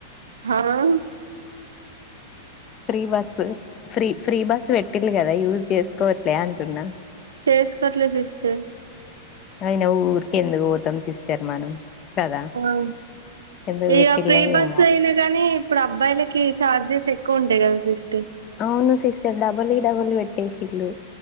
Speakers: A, on the right (about 85°); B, on the left (about 35°).
A: హఆహ్
B: free bus free free bus పెట్టిండు కదా యూజ్ చేసుకోవట్లే అంటున్నా
A: చేసుకోట్లేదు సిస్టర్
B: అయిన యూకే ఎందుకు పోతాం సిస్టర్ మనం కదా
A: ఆ
B: ఎందుకు
A: ఇక
B: పెట్టిల్లో
A: ఫ్రీ బస్
B: ఏమో
A: అయినా గానీ ఇప్పుడు అబ్బాయిలకి చార్జెస్ ఎక్ క్కువ ఉంటాయ్ కాదా సిస్టర్
B: అవును సిస్టర్ డబల్‌కి డబుల్ పెట్టేసిల్లు